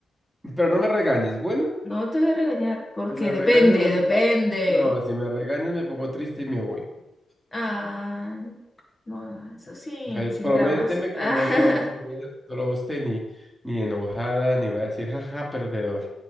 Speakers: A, in the centre; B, on the left.
A: Pero no me regañes, ¿bueno?
B: No te voy a regañar porque
A: Si me
B: depende,
A: regañas, me
B: depende.
A: pongo... No, si me regañas, me pongo triste y me voy.
B: Ah, no, no, eso sin,
A: Entonces,
B: sin
A: prométeme
B: dramas. <laughs>
A: que
B: Ah,
A: no te vas a poner troste ni, ni enojada, ni va a decir, jaja, perdedor.